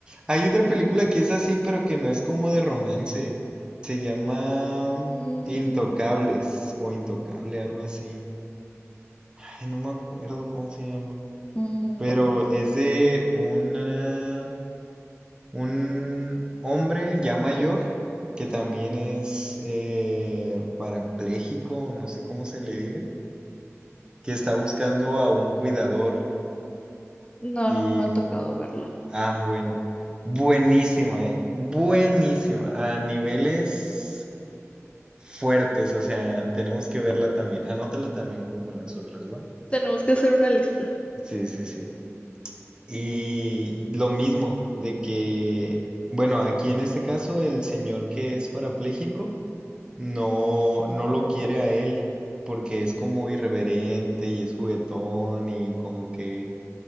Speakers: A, on the right; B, on the left.
A: Hay otra película que es así, pero que no es como de romance. Se llama
B: Mm,
A: Intocables o Intocable, algo así. Ay, no me acuerdo cómo se llama.
B: mm,
A: Pero es de una... Un hombre ya mayor que también es eh, parapléjico, no sé cómo se le diga, que está buscando a un cuidador
B: no,
A: y,
B: no me ha tocado verla.
A: ah, bueno, buenísima, ¿eh? Buenísima, a niveles fuertes, o sea, tenemos que verla también, anótala también junto con las otras, ¿va?
B: Tenemos que hacer una lista.
A: Sí, sí, sí. Y lo mismo, de que, bueno, aquí en este caso el señor que es parapléjico, no, no lo quiere a él, porque es como irreverente y es juguetón y como que